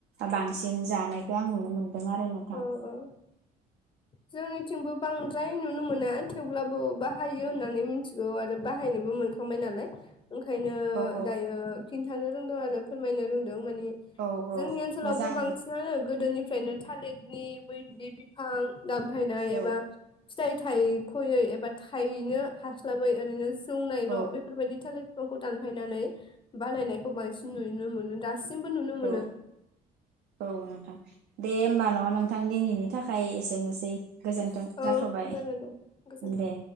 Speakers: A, on the right; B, on the left.
A: बांसिन जानायखौ आं नुनो मोनदों दों आरो नोंथां
B: औ औ जोंनिथिंबो बांद्राय नुनो मोना थेवब्लाबो बाहायो होननानै मिथिगौ आरो बाहायनोबो मोनखांबाय नालाय ओंखायनो
A: औ औ
B: दायो खिन्थानो रोंदों आरो फोरमायनो रोंदों माने
A: औ औ
B: जोंनि ओनसोलावबो
A: मोजां
B: बांसिनानो
A: नोंथां
B: गोदोनि फ्रायनो थालिरनि बै बिदि बिफां दानफायनाय एबा
A: औ
B: फिथाइ थाइख'यै एबा थायैनो हास्लाबै ओरैनो जौनायल'
A: औ
B: बेफोरबायदि थालिर खौ दानफायनानै बानायनायखौ बांसिन नुनो मोनो दा दासिमबो नुनो
A: औ
B: मोनो
A: औ नोंथां दे होमबा न' नोंथां दिनैनि थाखाय एसेनोसै गोजोन्थों
B: औ
A: जाथ'बाय
B: जागोन दे गोजोनथों
A: दे